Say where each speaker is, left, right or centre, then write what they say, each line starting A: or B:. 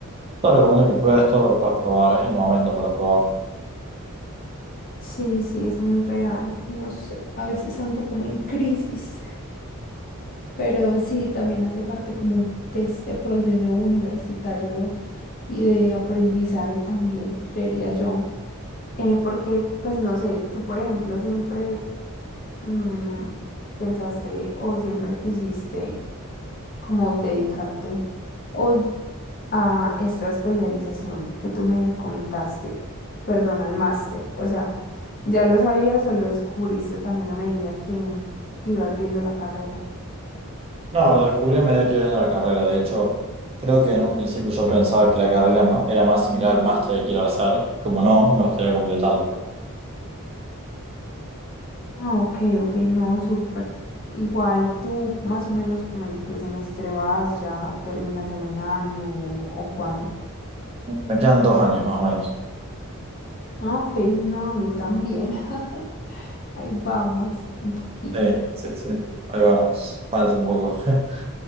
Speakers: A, on the right; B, on the left.
A: Te recomiendo que pruebes todo lo que puedas probar, es el momento para probar.
B: Sí, sí, es muy real. No sé, a veces ando como en crisis, pero sí, también hace parte como de este proceso universitario y de aprendizaje también, creería yo. Eh, porque, pues no sé, tú, por ejemplo, siempre mm, pensaste o siempre quisiste como dedicarte. O a esta especialización que tú me comentaste, perdón, al máster. O sea, ¿ya lo sabías o lo descubriste también a medida que, que ibas viendo la carrera?
A: No, lo descubrí a medida que iba viendo la carrera. De hecho, creo que en un principio yo pensaba que la carrera ma- era más similar al máster que quiero hacer. Como no, me gustaría completarlo.
B: Ah, ok, ok, no, súper. Igual tú más o menos como en qué semestre vas, ya terminas en un año o, o cuándo.
A: Me quedan dos años más o menos.
B: Ah, ok, no, a mí también. <laughs> Ahí vamos, un poquito.
A: Sí, sí, sí. Ahí vamos. Falta un poco. <laughs>